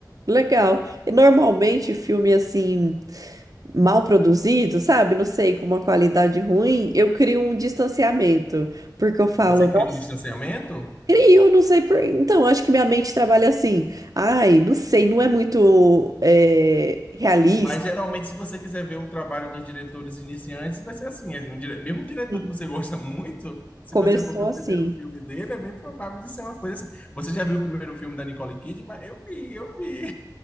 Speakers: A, on the right (about 50°); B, on the left (about 20°).
A: legal. E normalmente filme assim. mal produzido, sabe? Não sei, com uma qualidade ruim, eu crio um distanciamento, porque eu falo,
B: Você cria
A: nossa,
B: um distanciamento?
A: crio, não sei por. Então, acho que minha mente trabalha assim. Ai, não sei, não é muito é, realista.
B: Mas geralmente, se você quiser ver o trabalho dos diretores iniciantes, vai ser assim: é um dire- mesmo um diretor
A: Sim.
B: que você gosta <laughs> muito, se
A: Começou
B: você for ver o
A: assim.
B: primeiro filme dele, é bem provável de ser uma coisa assim. Você já viu o primeiro filme da Nicole Kidman? Eu vi, eu vi.